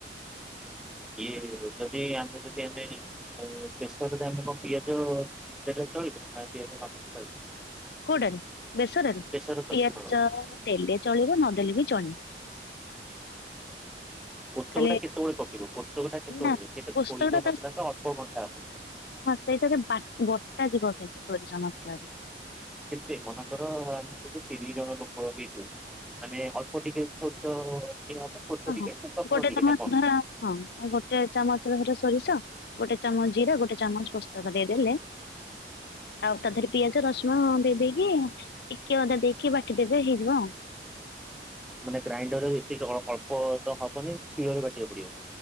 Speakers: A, in the centre; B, on the left.
A: ଇଏ ଯଦି ଆମେ ଯଦି ଆମେ ଯଦି ଆମେ ପ୍ସୁରେ ପିଆଜ ଦେଲେ ଚଳିବ <unintelligible>
B: କୋଉଟରେ ବେସରରେ
A: ବେସର ତ
B: ପିଆଜ
A: ହଁ
B: ଦେଲେ ଚଳିବ ନ ଦେଲେ ବି ଚଳିବ।
A: ପୁସ୍ତକ
B: ଖାଲି
A: ଟା କେତେବେଳେ ପକେଇବ? ଚେ କର
B: ନା
A: ସେଇଟା
B: ପୋସ୍ତକଟା
A: ଶରୀ ଅବସ୍ଥା ଟା ଅଳ୍ପ
B: ସେଇଟା ବି ବା-ବଟା ଜୀବ କିନ୍ତୁ ସୋରିଷ ମସଲାରେ ।
A: କେତେ ମନେକର ଆମେ ତିନି ଜଣ ଲୋକ ଦେଇଛୁ। ମାନେ ଅଳ୍ପ ଟିକେ ସୋରିଷ ଟିକେ ହବ ସୋରିଷ
B: ଓ
A: ଟିକେ
B: ହୋ
A: ରସୁଣ
B: ଗୋଟେ
A: ଟିକେ
B: ଚାମଚ
A: ନା କଣ?
B: ଧର ହଁ ଗୋଟେ ଚାମଚ ଧର ସୋରିଷ ଗୋଟେ ଚାମଚ ଜିରା ଗୋଟେ ଚାମଚ ପୋସ୍ତକ ଦେଇଦେଲେ ଆଉ ତା ଦେହରେ ପିଆଜ ରସୁଣ ଦେଇଦେଇକି ଟିକେ ଅଦା ଦେଇକି ବାଟିଦେବେ ହେଇଯିବ ଆଉ।
A: ମାନେ ଗ୍ରାଇଣ୍ଡରରେ ଏତିକି ଅଳ୍ପ ତ ହବନି ଶିଳରେ ବାଟିବାକୁ ପଡିବ।